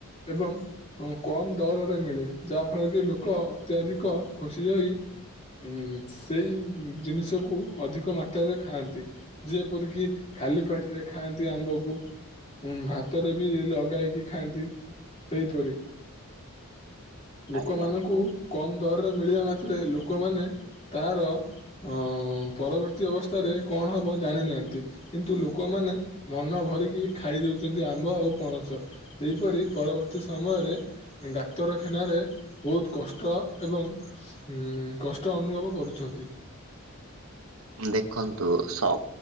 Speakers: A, on the left; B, on the right.
A: ଏବଂ କମ ଦରରେ ମିଳେ ଯାହା ଫଳରେ କି ଲୋକ ଅତ୍ୟଧିକ ଖୁସି ହୋଇ ଉ ସେଇ ଜିନିଷକୁ ଅଧିକ ମା ତାରେ ଖାଆନ୍ତି ଯେପରିକି ଖାଲି ପାଟିରେ ଖାଆନ୍ତି ଆମ୍ବକୁ। ଉଁ ଭାତରେ ବି ଲଗାଇକି ଖାଆନ୍ତି ସେହିପରି ଲୋକମାନଙ୍କୁ
B: ଆଜ୍ଞା।
A: କମ ଦ ମିଳିବା ମାତ୍ରେ ଲୋକ ମାନେ ତାହାର ଅ ପରବ ପରବର୍ତ୍ତୀ ଅବସ୍ଥାରେ କଣ ହବ ଜାଣିନାହାନ୍ତି କିନ୍ତୁ ଲୋକମାନେ ମନ ଭରିକି ଖାଇଦଉଛନ୍ତି ଆ ଆମ୍ୱ ଆଉ ପଣସ ସେହିପରି ପରବର୍ତ୍ତୀ ସମୟରେ ଡାକ୍ତରଖାନାରେ ବହୁତ କଷ୍ଟ ଏବଂ ଉମ କଷ୍ଟ ଅନୁଭବ କରୁଛନ୍ତି।
B: ଦେଖନ୍ତୁ ସବ